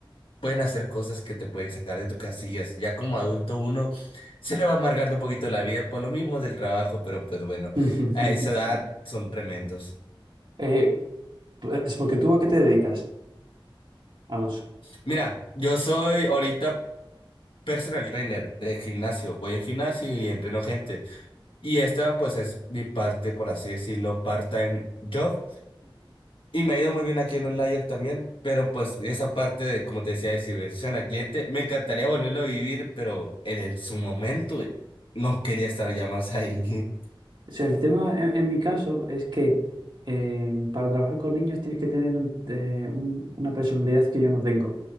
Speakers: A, on the left; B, on the right.
A: pueden hacer cosas que te pueden sacar de tus casillas. Ya como adulto uno se le va amargando un poquito la vida por lo mismo del trabajo, pero pues bueno,
B: <laughs>
A: a esa edad son tremendos.
B: Eh, es porque tú a qué te dedicas, Alonso.
A: Mira, yo soy ahorita personal trainer de gimnasio. Voy al gimnasio y entreno gente. Y esta pues es mi parte, por así decirlo, part-time job. Y me ha ido muy bien aquí en Outlier también, pero pues esa parte de, como te decía, de servicio al cliente, me encantaría volverlo a vivir, pero en el, su momento no quería estar ya más ahí.
B: O sea, el tema en, en mi caso es que eh, para trabajar con niños tienes que tener un- eh, un- una personalidad que yo no tengo.